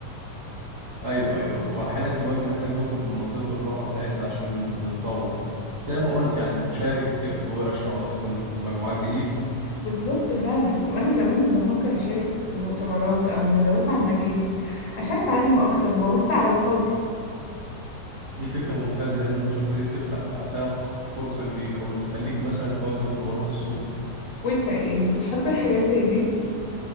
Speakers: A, on the right; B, on the left.
A: ايوه ايوه واحيانا كمان بنحتاج نخرج من منطقه الراحه بتاعتنا عشان نتطور زي ما قلت يعني نشارك في ورش او ندخل مجموعات جديده
B: بالظبط فعلا وأنا كمان بفكر أشارك في مؤتمرات أو ندوات عن مجالي عشان أتعلم أكتر وأوسع علاقاتي
A: دي فكرة ممتازة لأن المشاركة دي بتفتح آفاق وفرصة جديدة وبتخليك مثلا تواكب تطورات السوق
B: وإنت يعني بتحضر حاجات زي دي